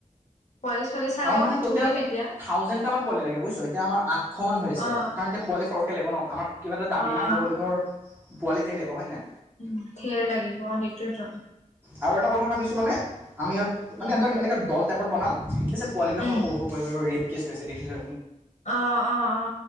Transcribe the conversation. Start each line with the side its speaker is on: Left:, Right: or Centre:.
Left: পোৱালি ছোৱালী চাই
Right: আমাৰ
Left: লওঁ
Right: মানে টোটেল
Left: সুধিম এতিয়া
Right: থাউজেণ্ড টা পোৱালী লাগে বুজিছোঁ এতিয়া আমাৰ আটখো মান হয় আছে
Left: অ',
Right: সেইকাৰণে এতিয়া পোৱালী সৰকে। কে লাগিব নওঁ আমাক। কিবা এটা দাবী
Left: অ'।
Right: মানিব হ'লে ধৰ। পোৱালি ধেৰ লাগিব হয়। নাই
Left: উম ধেৰ লাগিব সেইটোয়েতো।
Right: আৰু এটা কথা ভাবিছোঁ মানে। আমি ই মানে
Left: উম।
Right: এটা এনেকৈ দল টাইপৰ বনাম। <inaudible> পিছে পোৱালীবিলাক
Left: উম,
Right: সৰু সৰু বিলাকৰ ৰেপ কেছ। ‌ কি হৈছে দেখিছোঁ।
Left: অ অ অ